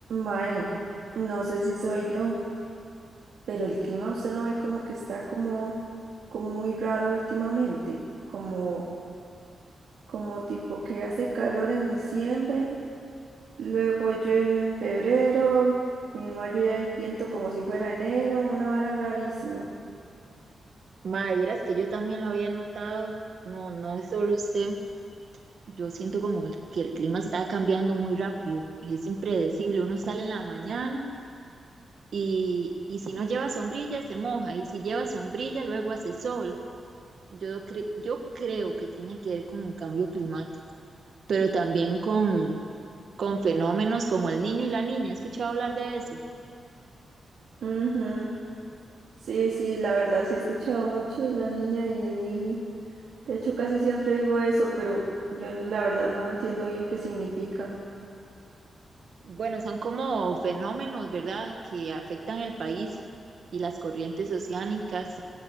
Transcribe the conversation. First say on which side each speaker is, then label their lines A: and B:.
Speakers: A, on the right; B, on the right.
A: Mae, no sé si soy yo, pero el clima usted no ve como que está como, como muy raro últimamente, como, como tipo que hace calor en diciembre, luego llueve en febrero, y en mayo ya hay viento como si fuera enero, una vara rarísima.
B: Madre, vieras que yo también lo había notado. No, no es solo usted. Yo siento como que que el clima está cambiando muy rápido. Es impredecible. Uno sale en la mañana y, y si no lleva sombrilla se moja. Y si lleva sombrilla luego hace sol. Yo, cre- yo creo que tiene que ver con el cambio climático, pero también con, con fenómenos como el niño y la niña. ¿He escuchado hablar de eso?
A: Ujú, Sí, sí, la verdad sí he escuchado mucho de la niña y el niño. De hecho, casi siempre digo eso, pero yo la verdad no entiendo bien qué significan.
B: Bueno, son como fenómenos, ¿verdad?, que afectan el país y las corrientes oceánicas.